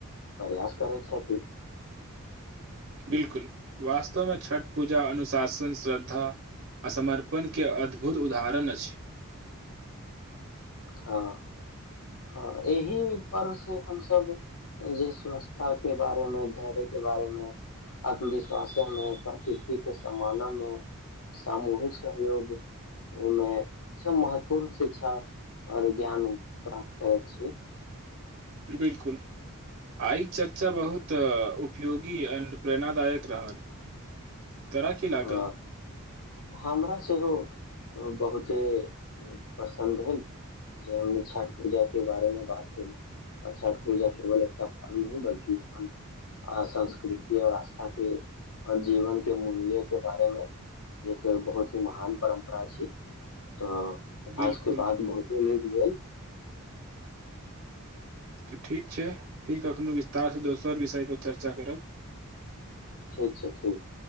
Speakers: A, on the left; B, on the right.
A: प्रयास करैत छथिन। <unintelligible>
B: बिलकुल वास्तवमे छठ पूजा अनुशासन श्रद्धा आ समर्पणके अद्भुत उदाहरण अछि। <unintelligible>
A: हँ हँ एहि परर् से हमस जे स्वस्ता के बारे मे धैर्य के बारे मे आत्मविश्वासे मे प्रकृति के सम्मान मे सामूहिक सहयोग मे सब महत्वपूर्ण शिक्षा आओर ज्ञान। <unintelligible> प्राप्त कर छी। <unintelligible>
B: बिलकुल <unintelligible> आइ चर्चा बहुत उपयोगी एणड प्रेरणादायक रहल। <unintelligible> कर की लागल।
A: हँ
B: <unintelligible>
A: हमरा सेहो बहुते प्रसन्न भेल जे हम छठि पूजाके बारेमे बात कयेलहु आओर छठि पूजा केवल एकटा पर्व नहिी बल्कि अपन संस्कृति आओर आस्थाके आओर जीवनके मूल्यके बारेमे। एक बहुत ही महान परम्परा छी तऽ। <unintelligible> इहाज
B: बिलकुल
A: के बाद बहुते गेल। <unintelligible>
B: तऽ ठीक छै फेर कखनोहु विस्तारसँ दोसर विषयपर चर्चा करब। <unintelligible>
A: ठीक छै ठीक